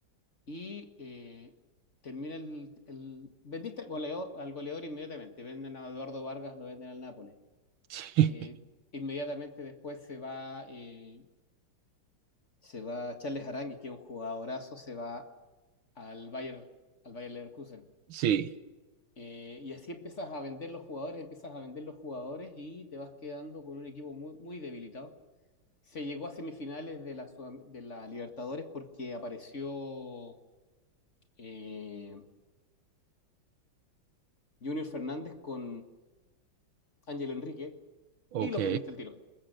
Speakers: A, on the left; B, on the right.
A: Y eh, termina el, el- Vendiste al goleador, al goleador inmediatamente. Venden a Eduardo Vargas, lo venden al Nápoles.
B: <laughs>
A: Eh, inmediatamente después se va, eh, se va Charles Aránguiz, que es un jugadorazo, se va al Bayern, al Bayern Leverkusen.
B: sí,
A: Eh, y así empiezas a vender los jugadores, empiezas a vender los jugadores y te vas quedando con un equipo muy, muy debilitado. Se llegó a semifinales de la, Sudam- de la Libertadores porque apareció eh, Junior Fernández con Ángel Enrique
B: ok.
A: y los vendiste el tiro.